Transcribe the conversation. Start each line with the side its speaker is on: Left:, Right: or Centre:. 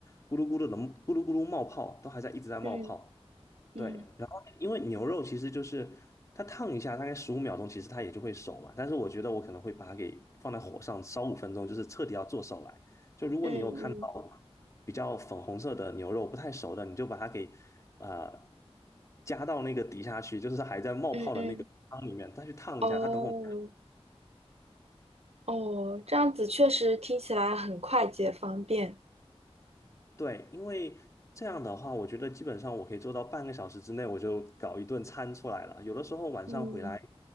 Left: 咕噜咕噜的咕噜咕噜冒泡都还在一直在冒泡。
Right: 嗯嗯
Left: 对，然后因为牛肉其实就是它烫一下，大概十五秒钟，其实它也就会熟嘛。但是我觉得我可能会把它给放在火上烧五分钟，就是彻底要做熟来。就如果你有看到比较粉红色的牛肉不太熟的，
Right: 嗯嗯
Left: 你就把它给呃加到那个底下去，就是还在冒泡的那个汤里面，
Right: 嗯嗯，
Left: 再去烫一下。
Right: 哦
Left: 它等会儿
Right: 哦，这样子确实听起来很快捷方便，
Left: 对，因为这样的话，我觉得基本上我可以做到半个小时之内我就搞一顿餐出来了。有的时候晚上回来。
Right: 嗯